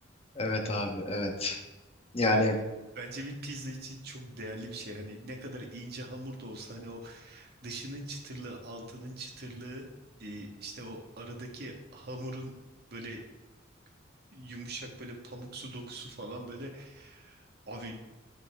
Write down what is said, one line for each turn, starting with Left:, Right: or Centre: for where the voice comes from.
Left: Evet abi evet. Yani
Right: Yani bence bir pizza için çok değerli bir şey. Hani ne kadar ince hamur da olsa hani o dışının çıtırlı, altının çıtırlı, e, işte o aradaki hamurun böyle yumuşak böyle pamuksu dokusu falan böyle abi